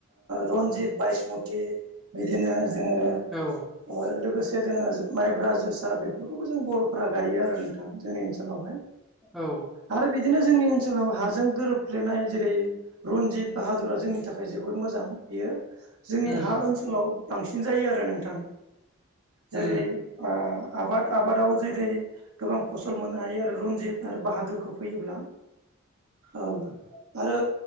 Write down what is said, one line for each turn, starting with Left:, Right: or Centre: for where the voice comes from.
Right: रन्जित बसमति बिदिनो जोङो
Centre: औ
Right: लोगोसे जोङो माइब्रा जोसा बेफोरखौबो जों बर'फोरा गायो आरो नोंथां जोंनि ओनसोलावहाय
Centre: औ
Right: आरो बिदिनो जोंनि ओनसोलाव हाजों गोरोबफ्लेनाय जेरै रनजित बाहादुरा जोंनि थाखाय जोबोर मोजां बियो जोंनि
Centre: उम
Right: हा ओनसोलाव बांसिन जायो आरो नोंथां जेरै
Centre: उम
Right: आबाद आबादाव जेरै गोबां फसल मोननो हायो आरो रनजित आरो बाहादुरखौ फैयोब्ला औ आरो